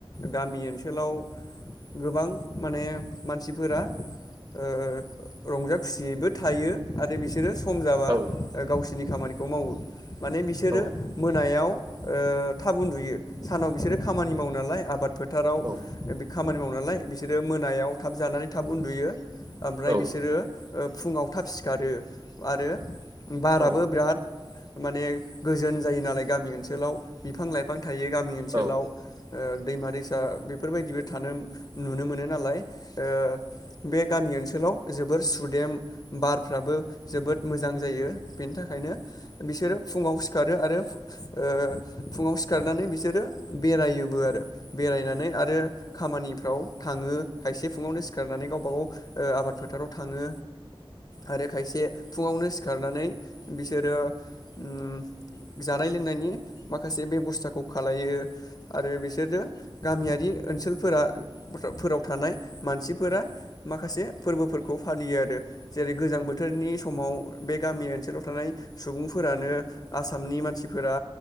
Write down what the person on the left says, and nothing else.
गामि ओनसोलाव गोबां माने मानसिफोरा ओह रंजा खुसियैबो थायो आरो बिस नो सम जाबा
गावसोरनि खामानि खौ मावो। माने बिसोरो
मोनायाव ओ थाब उन्दुयो सानाव बिसोरो खामानि मावो नालाय आबाद फोथाराव
खामानि मावो नालाय बिसोरो मोनायाव थाब जानानै थाब उन्दुयो ओमफ्राय
बिसोरो ओ फुङाव थाब सिखारो आरो बाराबो
बिराद माने गोजोन जायो नालाय गामि ओनसोलाव बिफां लाइफां थायो गामि ओनसोलाव
ओ दैमा दैसा बेफोरबायदिबो थानो नुनो मोनो नालाय ओ बे गामि ओनसोलाव जोबोर सुदेम बारफ्राबो जोबोद मोजां जायो बेनि थाखायनो बिसोरो फुङाव सिखारो आरो ओ फुङाव सिखारनानै बिसोरो बेरायोबो आरो बेरायनानै आरो खामानिफ्राव थाङो खायसे फुङावनो सिखारनानै गावबा गाव ओ आबाद फोथाराव थाङो आरो खायसे फुङावनो सिखारनानै बिसोरो उम जानाय लोंनायनि माखासे बेबसथा फसाखौ खालायो आरो बिसोरनो गामियारि बे ओनसोलफोरा फोराव थानाय मानसिफोरा माखासे फोरबोफोरखौ फालियो आरो जेरै गोजां बोथोरनि समाव बे गामि ओनसोलाव थानाय सुबुंफोरानो आसामनि मानसिफोरा